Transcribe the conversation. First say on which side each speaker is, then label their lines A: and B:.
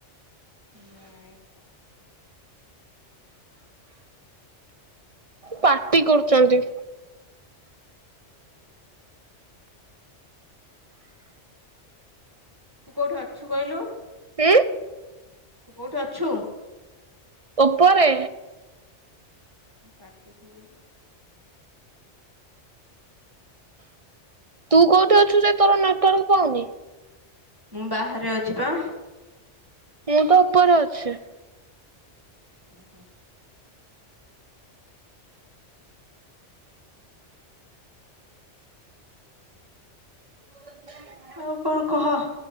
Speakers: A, on the right; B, on the right.
A: ନାପ
B: ପାଟି କରୁଛନ୍ତି।
A: ତୁ କଉଠି ଅଛୁ କହିଲୁ?
B: ଉ
A: ତୁ କୋଉଠୁ ଅଛୁ?
B: ଉପରେ
A: ପାଟି ସୁବୁଛି।
B: ତୁ କୋଉଠି ଅଛୁ ଯେ ତୋର ନେଟୱାର୍କ ପାଉନି?
A: ମୁଁ ବାହାରେ ଅଛି ପା।
B: ମୁ ତ ଉପରେ ଅଛି।
A: ହୁଁ ହୁଁ।
B: <inaudible>
A: ଆଉ କଣ କହ?